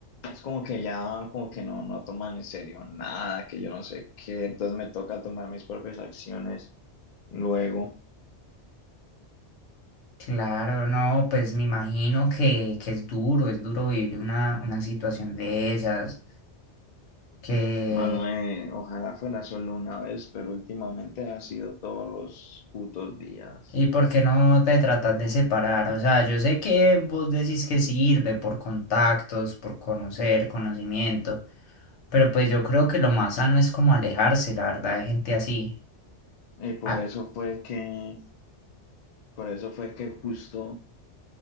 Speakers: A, on the left; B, on the left.
A: es como que ya, como que no, no toman en serio nada, que yo no sé qué, entonces me toca tomar mis propias acciones luego.
B: Claro, no, pues me imagino que, que es duro, es duro vivir una, una situación de esas. que
A: Manuel, ojalá fuera solo una vez, pero últimamente ha sido todos los putos días.
B: ¿Y por qué no te tratas de separar? O sea, yo sé que vos decís que sirve por contactos, por conocer, conocimiento, pero pues yo creo que lo más sano es como alejarse, la verdad, de gente así.
A: Y por
B: Ah,
A: eso fue que, por eso fue que justo